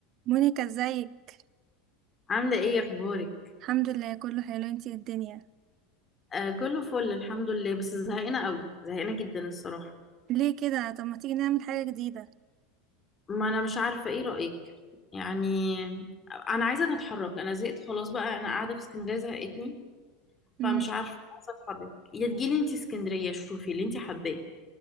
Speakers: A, on the right; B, on the left.
A: مونيكا ازيك
B: عاملة ايه اخبارك؟
A: الحمد لله كله حلو انتي ايه الدنيا
B: آه كله فل الحمد لله بس زهقانة قوي زهقانة جدا الصراحة
A: ليه كده طب ما تيجي نعمل حاجة جديدة
B: ما انا مش عارفة ايه رأيك يعني انا عايزة اتحرك انا زهقت خلاص بقى انا قاعدة في اسكندرية زهقتني
A: امم
B: فمش عارفة عايزة اتحرك يا تجيلي انتي اسكندرية شوفي اللي انتي حباه